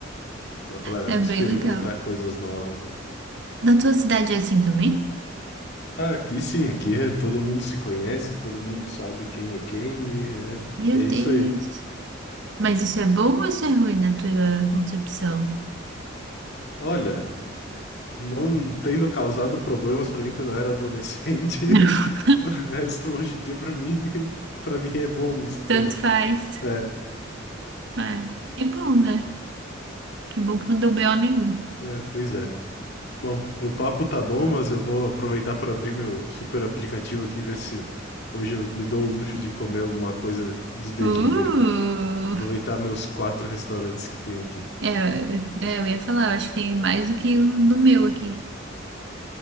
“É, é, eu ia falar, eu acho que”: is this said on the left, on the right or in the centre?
Right